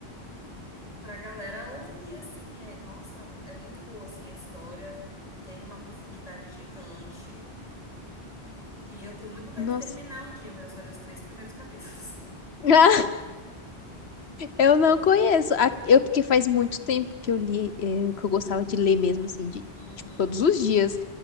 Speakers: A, on the left; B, on the left.
A: pra galera ouvir, assim, é, nossa, é muito boa, assim, a história, tem uma profundidade gigante, e eu tenho muita vontade
B: Nossa.
A: de terminar um dia, mas eu só li os três primeiros capítulos. <laughs>
B: <laughs> Eu não conheço. A- Eu, porque faz muito tempo que eu li, eh, que eu gostava de ler mesmo, assim, de,
A: Uhum,
B: tipo, todos os dias.